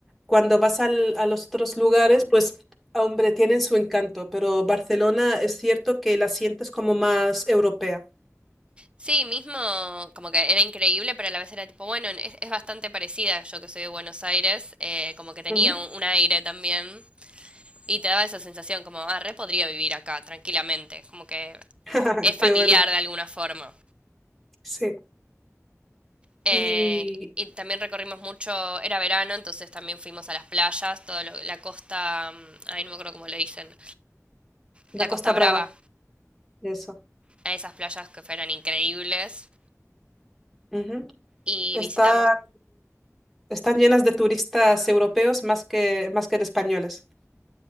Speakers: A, in the centre; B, on the right (about 20°).
A: cuando vas al- a los otros lugares, pues, ah, hombre, tienen su encanto, pero Barcelona es cierto que la sientes como más europea.
B: Sí, mismo, como que era increíble, pero a la vez era tipo, bueno, es, es bastante parecida, yo que soy de Buenos Aires, eh, como que tenía
A: Ujú.
B: un, un aire también y te daba esa sensación como, ah, re podría vivir acá tranquilamente, como que
A: <laughs>
B: es familiar
A: Qué bueno,
B: de alguna forma.
A: sí.
B: Eh,
A: Y
B: y también recorrimos mucho, era verano, entonces también fuimos a las playas, toda la costa, mm, ay, no me acuerdo cómo le dicen,
A: la
B: la Costa
A: Costa Brava,
B: Brava,
A: eso.
B: a esas playas que fueron increíbles.
A: Ujú.
B: Y
A: Está-
B: visitamos,
A: están llenas de turistas europeos más que, más que de españoles.